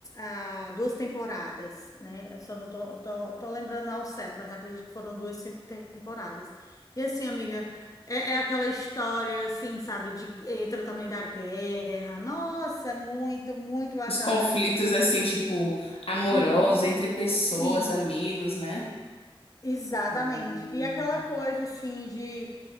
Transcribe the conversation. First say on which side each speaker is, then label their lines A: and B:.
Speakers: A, on the left; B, on the left.
A: ah, duas temporadas, né? Eu só não tô, tô, tô lembrando ao certo, mas acredito que foram duas sem- temporadas. E assim, amiga, é, é aquela história, assim, sabe, de entra também da guerra. Nossa, é muito, muito bacana.
B: Os conflitos, assim, tipo, amorosos
A: Uhum.
B: entre pessoas,
A: Sim,
B: amigos, né?
A: exatamente.
B: Hum.
A: E aquela coisa, assim, de